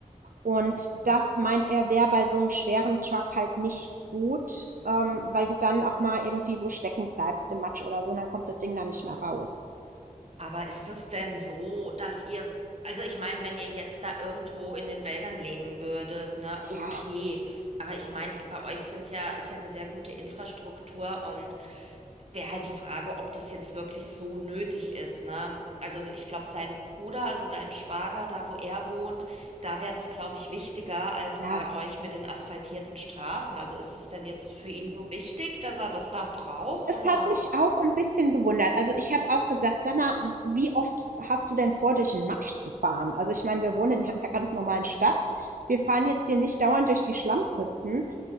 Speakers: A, on the right (about 80°); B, on the right (about 50°).
A: Und
B: Hm.
A: das meint er, wäre bei so einem schweren Truck halt nicht gut, ähm, weil du dann auch mal irgendwie wo stecken bleibst im Matsch oder so, und dann kommt das Ding da nicht mehr raus.
B: Aber ist es denn so, dass ihr, also ich meine, wenn ihr jetzt da irgendwo in den Wäldern leben würdet, ne, okay.
A: Ja,
B: Aber ich meine, bei euch sind ja, ist ja eine sehr gute Infrastruktur und wäre halt die Frage, ob das jetzt wirklich so nötig ist, ne? Also ich glaube, sein Bruder, also dein Schwager, da wo er wohnt, da wäre das, glaube ich, wichtiger als
A: ja,
B: bei euch mit den asphaltierten Straßen. Also ist es denn jetzt für ihn so wichtig, dass er das da braucht oder?
A: es hat mich auch ein bisschen gewundert. Also ich habe auch gesagt, sag mal, wie oft hast du denn vor, durch den Matsch zu fahren? Also ich meine, wir wohnen ja in einer ganz normalen Stadt. Wir fahren jetzt hier nicht dauernd durch die Schlammpfützen.